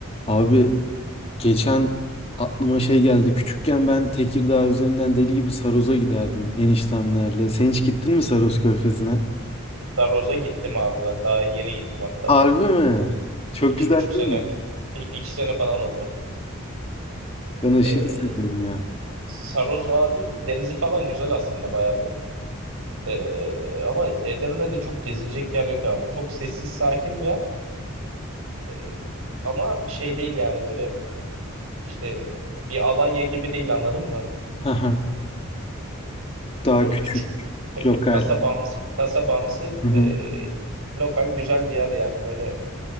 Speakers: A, on the left (about 25°); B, on the right (about 85°).
A: Abi geçen aklıma şey geldi. Küçükken ben Tekirdağ üzerinden deli gibi Saros'a giderdim eniştemlerle. Sen hiç gittin mi Saros Körfezi'ne?
B: Daroz'a gittim abi ben. Daha yeni gittim hatta.
A: Harbi mi? Çok
B: İki
A: güzel
B: buçuk sene,
A: değil mi?
B: i- iki sene falan oluyor.
A: Ben aşırı
B: Ee,
A: seviyorum ya.
B: Saroz abi denizi falan güzel aslında bayağı bir. Ee, ama Edirne'de çok gezilecek yer yok abi. Çok sessiz, sakin bir yer. Ee, ama şey değil yani böyle işte bir Alanya gibi değil anladın mı?
A: Haha. Daha
B: Böyle
A: küçük,
B: küçük ka-
A: lokal.
B: kasabamsı, kasabamsı
A: Hı hı.
B: e, lokal güzel bir yer yani böyle